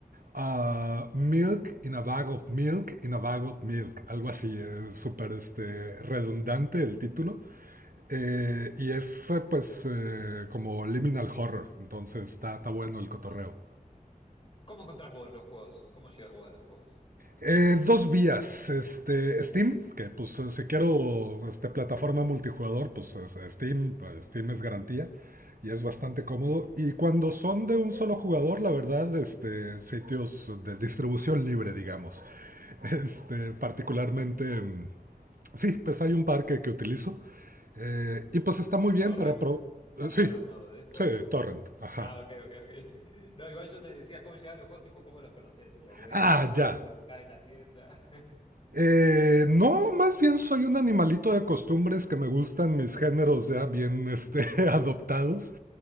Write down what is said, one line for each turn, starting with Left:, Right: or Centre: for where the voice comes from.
Right: ah, Milk in a Bag of Milk in a Bag of Milk, algo así, es súper este, redundante el título. eh, y es eh, pues eh, como liminal horror, entonces está, está bueno el cotorreo.
Left: Ah. ¿Cómo encontrás vos los juegos? ¿Cómo llegas vos a los juegos?
Right: Eh, dos vías, este, Steam, que pues eh, si quiero
Left: Sí.
Right: este, plataforma multijugador, pues es- Steam, eh, Steam es garantía y es bastante cómodo. Y cuando son de un solo jugador, la verdad, este, sitios de distribución libre, digamos. <laughs> Este, particularmente, mm, sí, pues hay un par que, que utilizo. Eh, y pues está muy bien
Left: ¿Torrent?
Right: para... pro-
Left: ¿Estamos
Right: eh, sí,
Left: hablando de esto?
Right: sí, Torrent, ajá.
Left: Ah, ok, ok, ok. <laughs> No, igual yo te decía cómo llegar a los juegos, tipo, ¿cómo los conoces? ¿Los ves
Right: Ah,
Left: en YouTube?
Right: ya.
Left: ¿Los buscás en la tienda? <laughs>
Right: Eh, no, más bien soy un animalito de costumbres que me gustan mis géneros ya bien este, <laughs> adoptados.